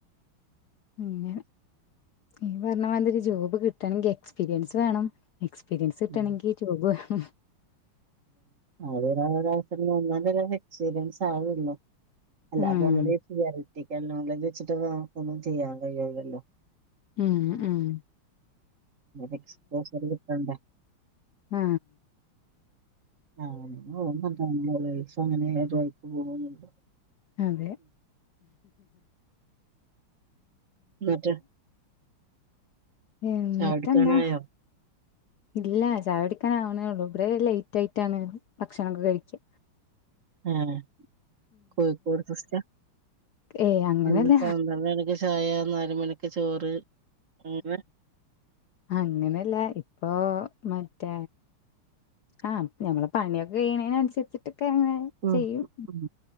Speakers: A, on the left (about 65°); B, on the right (about 40°).
A: അങ്ങനെ ഈ പറഞ്ഞ മാതിരി ജോബ് കിട്ടണെങ്കിൽ എക്സ്പീരിയൻസ് വേണം. എക്സ്പീരിയൻസ് ഇട്ടാണെങ്കി
B: ഉം
A: ജോബ് വേണം.
B: അവസരം ഒന്ന എക്സ്പീരിയൻസ് ആവല്ലോ
A: ഉം
B: അല്ല അപ്പൊ നമ്മള്ത് വെച്ചിട്ട നമുക്കൊന്നും ചെയ്യാൻ കഴിയല്ലല്ലോ.
A: ഉം
B: എക്സ്പോ കട്ടണ്ട
A: ആ
B: ആ അങ്ങനെക്ക് പോണ്ടോ
A: അതെ
B: എന്നിട്ട്
A: എന്നിട്ട്
B: ചായ കുടിക്കാനായോ
A: എന്താ ഇല്ല ചായകുടിക്കാൻ ആവണേള്ളൂ. ഇവിടെ ലേറ്റ് ആയിട്ടാണ്. ഭക്ഷണൊക്കെ കഴിചു
B: ഏഹ് കോഴിക്കോട് സിസ്റ്റ
A: ഏയ് അങ്ങനല്ലാ
B: അന്ന് പന്ത്രണ്ട് മണിക്ക് ചായ നാല് മണിക്ക് ചോറ് അങ്ങനെ
A: അങ്ങനെല്ല ഇപ്പൊ മറ്റേ ആഹ് ഞങ്ങളെ പണിയൊക്കെ കഴിണേനൻസര്ച്ച്ട്ടൊക്കെങ്ങനെ
B: ഉം
A: ചെയ്യും
B: ഉം